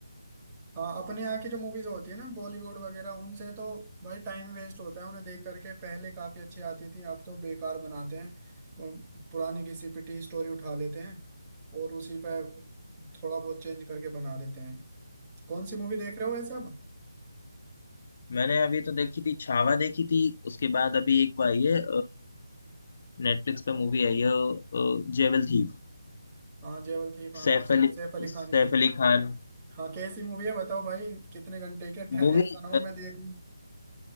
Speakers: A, on the right (about 20°); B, on the left (about 45°).
A: हाँ अपने यहाँ की जो मूवीज होती है ना बॉलीवुड वगैरह उनसे तो भाई टाइम वेस्ट होता है उन्हें देख करके पहले काफी अच्छी आती थी अब तो बेकार बनाते हैं को- पुरानी घिसी पिटी स्टोरी उठा लेते हैं और उसी पे थोड़ा बहुत चेंज करके बना देते हैं कौन सी मूवी देख रहे हो ये सब
B: मैंने अभी तो देखी थी छावा देखी थी उसके बाद अभी एक वो आई है नेटफ्लिक्स पे मूवी आई है अ, jewel thief
A: हाँ जेवल थी हाँ
B: Saif
A: उसकी
B: Ali
A: सैफ अली खान
B: Saif
A: की
B: Ali Khan
A: हाँ कैसी मूवी है बताओ भाई कितने घंटे के टा-
B: Movie
A: ऐसा ना हो मैं देख लूं